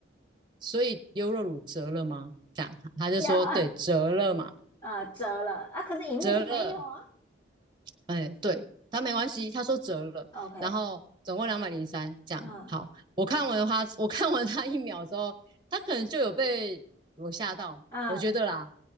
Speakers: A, on the right; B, on the left.
A: 所以优若乳折了吗？这样他就说对折了嘛，
B: 呀，<laughs> 呃，折了啊，可是荧幕就没有啊。
A: 折了，哎，对，他没关系，他说折了，
B: OK，
A: 然后总共两百零三，这样好。
B: 嗯
A: 我看完他，我看完他一秒之后，他可能就有被我吓到，
B: 嗯
A: 我觉得啦。